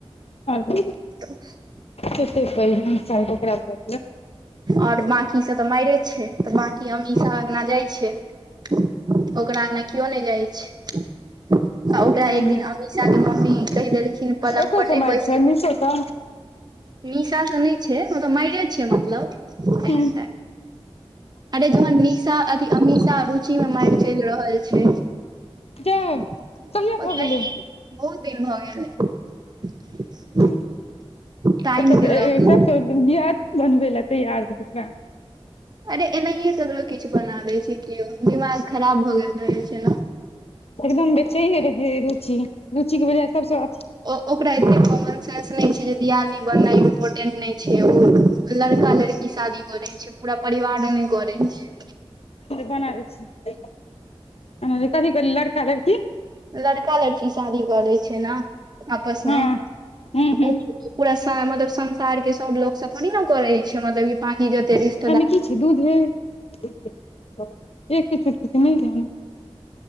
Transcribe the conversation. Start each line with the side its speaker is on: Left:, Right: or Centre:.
Left: अी <unintelligible>
Right: त
Left: ते पै <unintelligible> सालटा खराब।
Right: और बाँकीसभ तऽ मारे छै, तऽ बाँकी ‌अमीषा अगंना जाइत छै। ओकरा अगंना केओ नहि जाइ छै। आ ओकरा
Left: हूँ
Right: एक दिन अमीषाके मम्मी कहि देलखिन पलनगपर
Left: एकर कमाइ
Right: नहि बैसल।
Left: छै निशो सँ
Right: निशा तऽ नहि छै, ओ तऽ मारे छियै मतलब।
Left: हू।
Right: एहन टाइप अरे जहन निशा अथि अमीशा रुचिमे मारि चलि रहल छै।
Left: जा
Right: पहले
Left: कहिया भऽ गेलै
Right: हे बहुत दिन भऽ गेलै।
Left: ह,
Right: टाइम
Left: ओकर
Right: के
Left: तऽ
Right: लऽ कऽ
Left: सभसँ बियाद नहि बनबै लए तैयार रहै ओकरा।
Right: अरे एनाहियए ककरो किछु बना दै छै, केओ दिमाग खराब भऽ गेल रहै छै ने।
Left: एकदम बेचैन रहै रुचि, रुचिके बजाय सभसँ
Right: ओ ओकरा एते कॉमन सेंस नै छै जे दियानी बना इम्पोर्टेंट नहि छै। छै, ओ लड़का लड़की शादी करे छै, पूरा परिवारने करे छै।
Left: बना दै छी कथी क लड़का लड़की।
Right: लड़का लड़की शादी करै छै, ने आपसमे
Left: हँ हूँ हूँ
Right: पूरा मतलब संसारके सभ लोकसभ थोडे ने करै छै मतलब कि बंकि जतेक र।
Left: आईमे किछु दूध? <unintelligible> एकके छुट्टीसे नहि जा ह